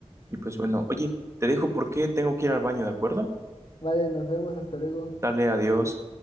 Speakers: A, on the right (about 25°); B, on the left (about 50°).
A: Y pues bueno, oye, te dejo porque tengo que ir al baño, ¿de acuerdo?
B: Vale, nos vemos, hasta luego.
A: Dale, adiós.